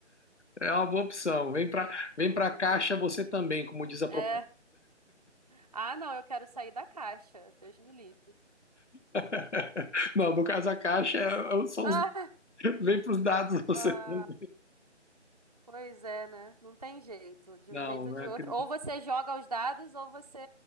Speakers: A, on the left (about 70°); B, on the right (about 35°).
A: É uma boa opção. Vem para vem
B: Uhum.
A: para a caixa você também, como diz a
B: É.
A: proposta.
B: Ah, não, eu quero sair da caixa. Deus me livre.
A: <laughs> Não, no caso a caixa é- é- são
B: <laughs>
A: os- vem para os dados <laughs> você
B: Ah,
A: também.
B: ah, pois é, né? Não tem jeito. De
A: Não,
B: um jeito
A: não
B: ou de
A: acredito.
B: outro. Ou você joga os dados, ou você.